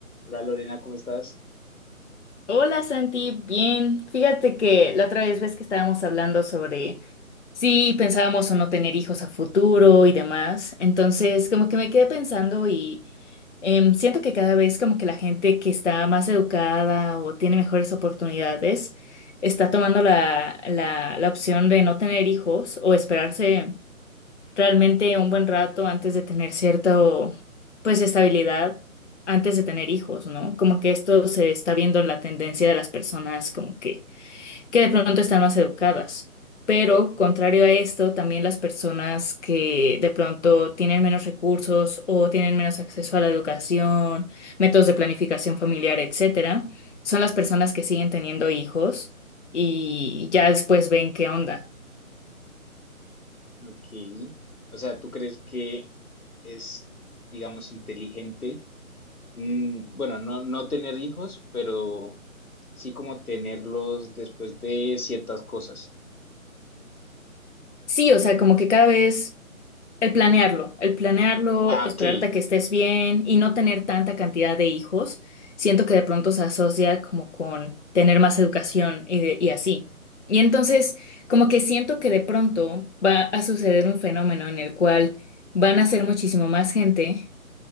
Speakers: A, on the left; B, on the left.
A: Hola Lorena, ¿cómo estás?
B: Hola Santi, bien. Fíjate que la otra vez ves que estábamos hablando sobre si pensábamos o no tener hijos a futuro y demás. Entonces, como que me quedé pensando y em, siento que cada vez como que la gente que está más educada o tiene mejores oportunidades está tomando la, la, la opción de no tener hijos o esperarse realmente un buen rato antes de tener cierto, pues, estabilidad, antes de tener hijos, ¿no? Como que esto se está viendo en la tendencia de las personas como que, que de pronto están más educadas. Pero contrario a esto, también las personas que de pronto tienen menos recursos o tienen menos acceso a la educación, métodos de planificación familiar, etcétera, son las personas que siguen teniendo hijos y ya después ven qué onda.
A: Ok. O sea, ¿tú crees que es, digamos, inteligente? Mm, bueno, no, no tener hijos, pero sí como tenerlos después de ciertas cosas.
B: Sí, o sea, como que cada vez El planearlo, el planearlo,
A: Ah,
B: esperarte
A: ok.
B: a que estés bien y no tener tanta cantidad de hijos, siento que de pronto se asocia como con tener más educación y, de- y así. Y entonces, como que siento que de pronto va a suceder un fenómeno en el cual van a ser muchísimo más gente